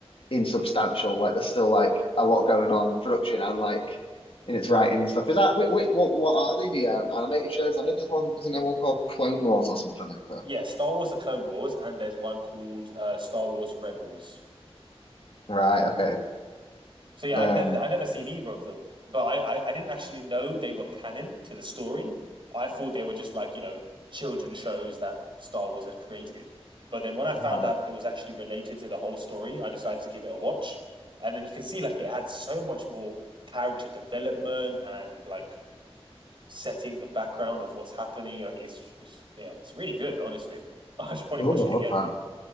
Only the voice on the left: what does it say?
insubstantial. Like there's still like a lot going on, production and like in its writing and stuff. Is that wait, wait, what what are they the um, animated shows? I know there's one, isn't there one called Clone Wars or something like that?
Right. Okay.
Um.
Right.
Oh,
I
love that.